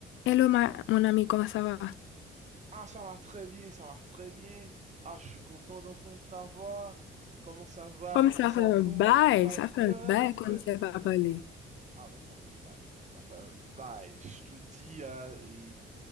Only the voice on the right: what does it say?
Ah, ça va très bien, ça va très bien. Ah, je suis content d'entendre ta voix. Comment ça va?
Comment
ça
bouge?
Quoi
de
neuf?
Ah ouais, ça fait un bail. Ça fait un bail. Je te dis, euh, et